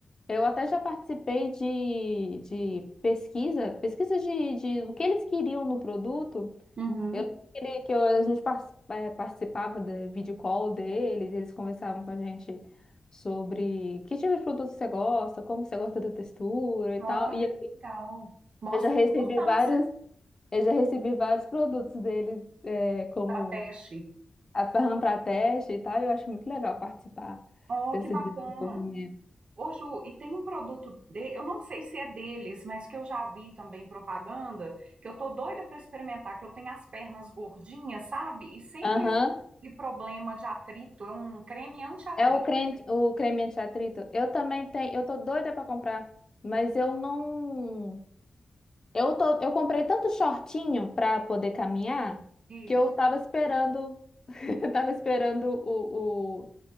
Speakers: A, on the left; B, on the right.
A: eu até já participei de, de pesquisa, pesquisa de, de o que eles queriam no produto.
B: uhum.
A: Eu não queria que eu- a gente par- eh, participava da video call deles, eles conversavam com a gente sobre que tipo de produto você gosta, como você gosta da textura e
B: Olha,
A: tal. E
B: que legal. Mostra
A: eu já recebi
B: a importância
A: vários, eu já recebi vários produtos deles, eh, como
B: para teste.
A: a RAM para teste e tal. e Eu acho muito legal participar
B: Oh,
A: desse
B: que bacana.
A: desenvolvimento.
B: Ô, Ju, e tem um produto de, eu não sei se é deles, mas que eu já vi também propaganda, que eu tô doida para experimentar, que eu tenho as pernas gordinhas, sabe? E sempre
A: Aham.
B: aquele problema de atrito, é um creme anti-atrito.
A: É o creme, o creme anti-atrito. Eu também tenho, eu tô doida para comprar, mas eu não Eu tô, eu comprei tanto shortinho pra poder caminhar
B: Isso.
A: que eu tava esperando, <laughs> tava esperando o,